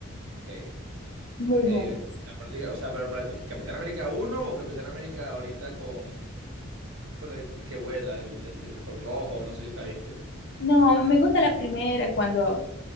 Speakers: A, on the right; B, on the left.
A: ok.
B: Muy
A: Ok,
B: buenas.
A: de la práctica, o sea, pero pra- Capitán América uno o Capitán América ahorita con, con el que vuela, el, el, el Hulk rojo, no sé si la viste.
B: No, me gusta la primera cuando,